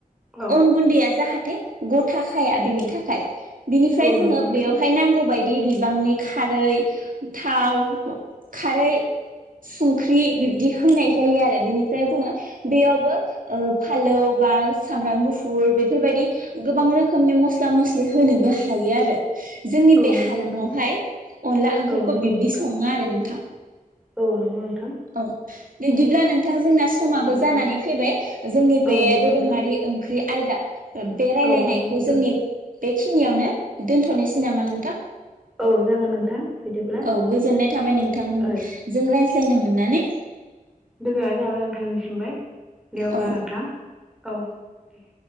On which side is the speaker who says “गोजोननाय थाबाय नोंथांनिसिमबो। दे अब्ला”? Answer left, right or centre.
Centre